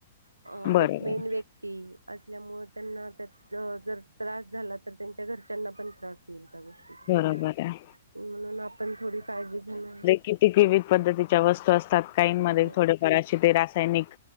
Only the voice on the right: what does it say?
अ
एक मेन व्यक्ती ती असल्यामुळे त्यांना त्याच जर त्रास झाला तर त्यांच्या घरच्यांना पण त्रास एका गोष्टीचा.
म्हणून आपण थोडी काळजी घेऊन
हो